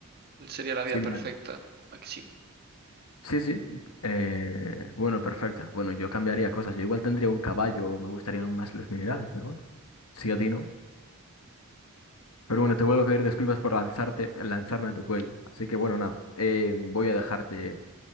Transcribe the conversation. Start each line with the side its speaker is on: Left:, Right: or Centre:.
Right: sería la vida
Left: Sí, me,
Right: perfecta. Aquí sí.
Left: Sí, sí. eh, bueno, perfecto. Bueno, yo cambiaría cosas. Yo igual tendría un caballo, me gustarían más los minerales, pero bueno. Sí, a ti no. Pero bueno, te vuelvo a pedir disculpas por lanzarte, lanzarme a tu cuello. Así que bueno, nada. eh, voy a dejarte